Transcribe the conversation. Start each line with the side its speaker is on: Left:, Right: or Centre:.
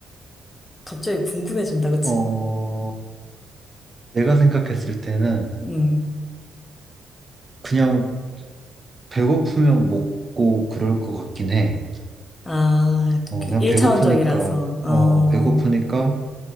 Left: 갑자기 궁금해진다, 그치?
Right: 어, 내가 생각했을 때는
Left: 음.
Right: 그냥 배고프면 먹고 그럴 것 같긴 해.
Left: 아,
Right: 어, 그냥
Left: 1차원적이라서,
Right: 배고프니까,
Left: 어,
Right: 어, 배고프니까,